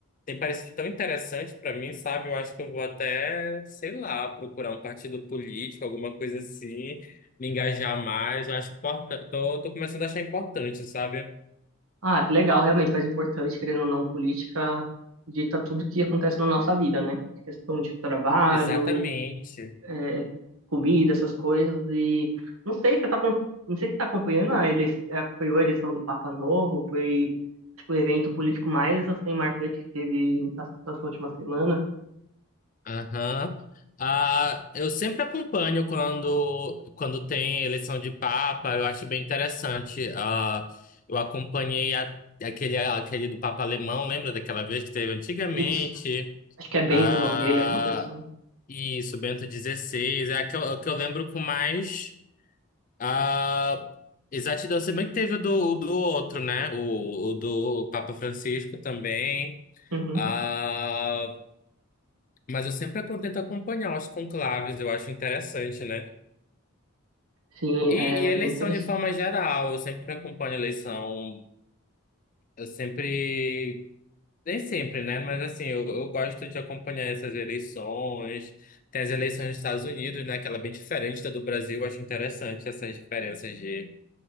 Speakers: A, on the left (about 35°); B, on the right (about 75°).
A: tem parecido tão interessante pra mim, sabe? Eu acho que eu vou até, sei lá, procurar um partido político, alguma coisa assim, me engajar mais, eu acho importante, tô, tô começando a achar importante, sabe?
B: Ah, que legal, realmente faz importante, querendo ou não, política dita tudo que acontece na nossa vida, né? Questão de trabalho,
A: Exatamente.
B: é, comida, essas coisas, e não sei se você tá, acom- não sei se você tá acompanhando a eleição, foi a eleição do Papa Novo, foi, acho que o evento político mais, assim, marcante que teve nessa, nessa última semana.
A: Aham. Ah, eu sempre acompanho quando, quando tem eleição de Papa, eu acho bem interessante. Ah, eu acompanhei a- aquele, aquele do Papa Alemão, lembra daquela vez que teve antigamente?
B: Isso, acho que é Bento
A: Ah,
B: o nome dele, alguma coisa assim.
A: isso, Bento dezesseis é a que eu, a que eu lembro com mais ah, exatidão. Se bem que teve o do, o do outro, né? O, o do Papa Francisco também.
B: Uhum.
A: Ah, mas eu sempre tento acompanhar os conclaves, eu acho interessante, né?
B: Sim,
A: E,
B: é
A: e eleição
B: bem interessante.
A: de forma geral, eu sempre acompanho eleição, eu sempre, nem sempre, né? Mas assim, eu, eu gosto de acompanhar essas eleições. Tem as eleições dos Estados Unidos, né? Que ela é bem diferente da do Brasil, eu acho interessante essas diferenças de